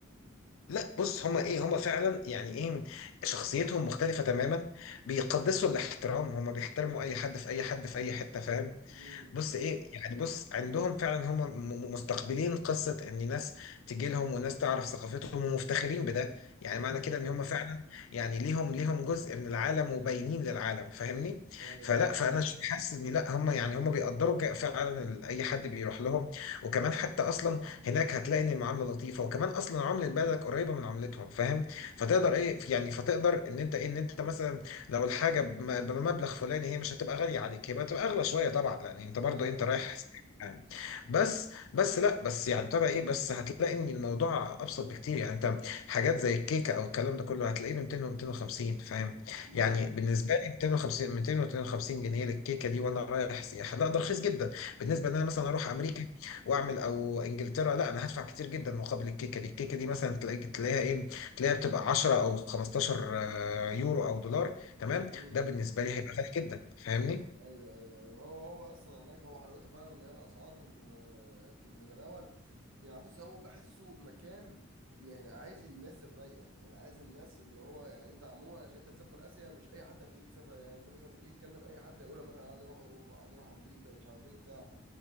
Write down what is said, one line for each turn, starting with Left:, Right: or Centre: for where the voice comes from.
Left: لا بص هما ايه هما فعلا يعني ايه شخصيتهم مختلفة تماما بيقدسوا الاحترام هما بيحترموا اي حد في اي حد في اي حتة فاهم
Right: امم
Left: بص ايه يعني بص عندهم فعلا هم م- م- مستقبلين قصه ان ناس تجي لهم وناس تعرف ثقافتهم ومفتخرين بده يعني
Right: امم
Left: معنى كده ان هم فعلا يعني ليهم ليهم جزء من العالم وباينين للعالم فاهمني
Right: ايوه
Left: فلا
Right: ايوه
Left: فانا ش- حاسس ان لا هم يعني هم بيقدروا جا- فعلا ال- اي حد بيروح لهم وكمان حتى اصلا هناك هتلاقي ان المعامله لطيفه وكمان اصلا عمله بلدك قريبه من عملتهم فاهم فتقدر ايه يعني فتقدر ان انت ايه ان انت مثلا لو الحاجة بم- بمبلغ فلاني هي مش هتبقى غالية عليك هي بتبقى أغلى شوية طبعا لأن أنت برضو
Right: اه
Left: أنت رايح يعني. بس بس لا بس يعني ابتدى إيه بس هتلاقي إن الموضوع أبسط بكتير يعني أنت حاجات زي الكيكة أو الكلام ده كله هتلاقيه ب 200 و 250 فاهم
Right: امم
Left: يعني بالنسبة لي 250 200 و 250 جنيه للكيكة دي وأنا رايح سياحة لا ده رخيص جدا بالنسبة
Right: ايوه
Left: إن أنا مثلا أروح أمريكا وأعمل أو إنجلترا لا أنا هدفع كتير جدا مقابل الكيكة دي الكيكة دي مثلا تلاقي تلاقيها إيه تلاقيها بتبقى 10 أو 15 يورو أو دولار تمام
Right: امم
Left: ده بالنسبه لي هيبقى غالي جدا فاهمني
Right: ايوه ايوه ايوه هو هو اصلا هناك هو حلاوته فعلا ان هي الاسعار آه، في المتناول يعني بص هو بحسه مكان يعني عايز الناس الرايقه يعني عايز الناس اللي هو يعني انت عموما عشان انت تسافر اسيا مش اي حد هتلاقيه بيسافر يعني انت مثلا تيجي تكلم اي حد يقول لك مثلا عايز اروح اوروبا عايز اروح امريكا مش عارف ايه بتاع